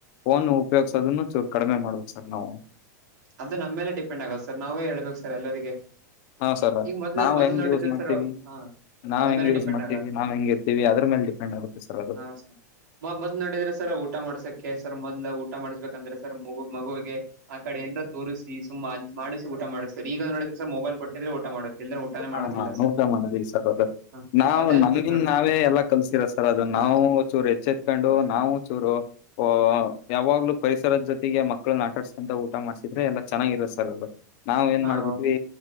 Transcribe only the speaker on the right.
ಅದು ನಮ್ಮ ಮೇಲೆ ಡಿಪೆಂಡ್ ಆಗುತ್ತೆ ಸರ್ ನಾವೇಳ್ಬೇಕು ಸರ್ ಎಲ್ಲರಿಗೆ
ಈಗ ಮೊದ್ಲ
ಮೊದ್ಲ್
ನೋಡಿದ
ಸರ್ ಹಾ
ಅದ
ಮೇಲೆ
ಡಿಪೆಂಡ್
ಆಗಲ್ಲ
ಹಾ ಸರ್ ಮ ಮೊದ್ಲ ನೋಡಿದ್ರೆ ಸರ್ ಊಟ ಮಾಡ್ಸಕ್ಕೆ ಸರ್ ಮೊದ್ಲ ಊಟ ಮಾಡಿಸಸ್ಬೇಕಂದ್ರೆ ಸರ್ ಮಗು ಮಗುವಿಗೆ ಆ ಕಡೆ ಏನ್ ತೋರಿಸಿ ಸುಮ್ಮಾ ಮಾಡಿಸಿ ಊಟ ಮಾಡಸ್ತಿದ್ರ ಈಗ ನೋಡಿದ್ರೆ ಸರ್ ಮೊಬೈಲ್ ಕೊಟ್ಟಿದ್ರೆ ಊಟ ಮಾಡುತ್ತೆ ಇಲ್ದಿದಿದ್ರ ಊಟಾನೇ
ಮಾಡೋದಿಲ್ಲ
ಸರ್.
ಹ
ಅದೇ ಅನ್ಸದ್
ನೋಡ್ರಿ
ಸರ್
ಹಾ
ಸರ್.
ಹಾ
ಹೌದು,